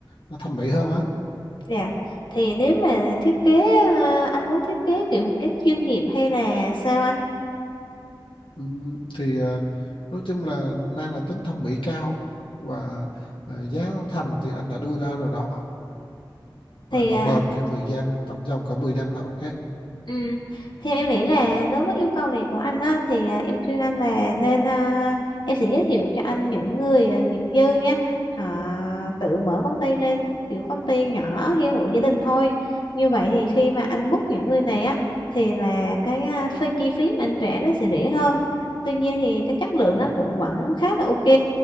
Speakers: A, on the left; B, on the left.
A: nó thẩm mỹ hơn á
B: dạ thì nếu mà thiết kế à, anh muốn thiết kế kiểu một cách chuyên nghiệp hay là sao anh
A: Ừm, thì ờ, nói chung là mang là tính thẩm mỹ cao và ờ, giá thành thì anh đã đưa ra rồi đó và
B: thì
A: độ
B: à,
A: bền theo thời gian trong vòng cả 10 năm là ok.
B: Ừ. Theo em nghĩ là đối với yêu cầu này của anh á, thì à, em khuyên anh là nên à, em sẽ giới thiệu cho anh những người à, nghiệp dư nha họ tự mở công ty lên kiểu công ty nhỏ hay hộ gia đình thôi như vậy thì khi mà anh book những người này á thì là cái à, phí chi phí mà anh trả nó sẽ rẻ hơn tuy nhiên thì cái chất lượng
A: Ừ.
B: nó cũng vẫn khá là ok